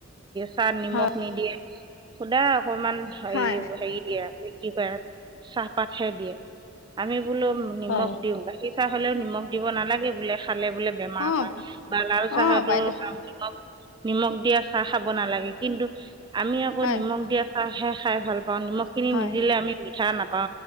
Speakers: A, on the right; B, on the left.
A: চাহ নিমখ
B: হয়
A: নিদিয়ে সুদা অকমান হেই
B: হয়
A: হেৰী দিয়ে কি কয় চাহপাতহে দিয়ে আমি বোলো নিমখ
B: হয়
A: দিওঁ গাখীৰ চাহ হ'লেও নিমখ দিব নালাগে বোলে খালে বোলে বেমাৰ
B: অঁ
A: হয় বা লাল চাহতো
B: অঁ বাইদেউ
A: নি নিমখ দিয়া চাহ খাব নালাগে কিন্তু আমি আকৌ
B: হয়
A: নিমখ দিয়া চাহহে খাই ভাল পাওঁ নিমখ খিনি
B: হয়
A: নিদিলে আমি মিঠা নাপ ওৱে